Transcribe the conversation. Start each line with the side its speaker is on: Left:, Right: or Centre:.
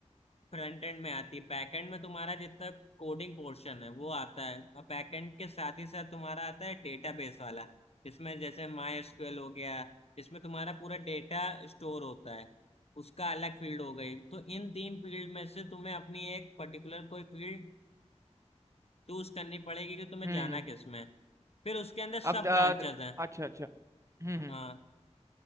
Left: फ्रंट एंड में आती है बैक एंड में तुम्हारा जितना कोडिंग पोर्शन है वो आता है और बैक एंड के साथ ही साथ तुम्हारा आता है डेटाबेस वाला जिसमें जैसे माई एसक्यूएल हो गया इसमें तुम्हारा पूरा डेटा स्टोर होता है उसका अलग फील्ड हो गई तो इन तीन फील्ड में से तुम्हें अपनी एक पर्टिकुलर कोई फील्ड चूज करनी पड़ेगी कि तुम्हें
Right: हम्म
Left: जाना किस में है। फिर उसके अंदर
Right: अब
Left: सब
Right: अ,
Left: ब्रांचेस
Right: द-
Left: हैं
Right: अच्छा अच्छा हम्म हम्म।
Left: हाँ